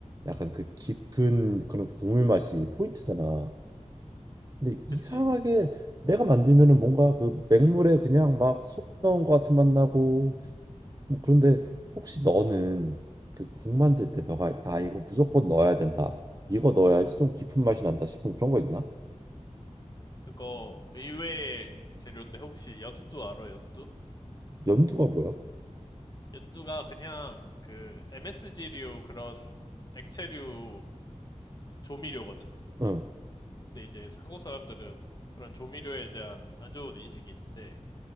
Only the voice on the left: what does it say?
그치.
그거 의외의 재료인데 혹시 연두 알아, 연두?
연두가 그냥 그 MSG류 그런 액체류 조미료거든?
근데 이제 한국 사람들은 그런 조미료에 대한 안 좋은 인식이 있는데,